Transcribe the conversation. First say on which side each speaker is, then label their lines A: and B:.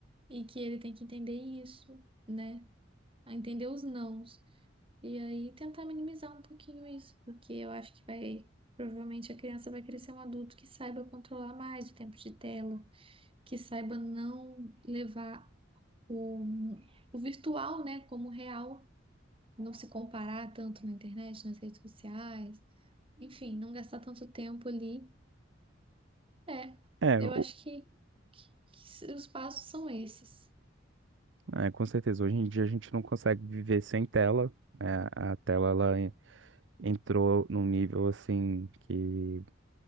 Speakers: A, on the right (about 30°); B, on the right (about 65°).
A: e que ele tem que entender isso, né? A Entender os nãos. E aí tentar minimizar um pouquinho isso, porque eu acho que vai. Provavelmente a criança vai crescer um adulto que saiba controlar mais o tempo de tela, que saiba não levar o, o virtual, né, como real não se comparar tanto na internet, nas redes sociais, enfim, não gastar tanto tempo ali. É,
B: É,
A: eu
B: o,
A: acho que, que- que os passos são esses.
B: É, com certeza. Hoje em dia a gente não consegue viver sem tela. né? a tela ela en- entrou num nível assim que,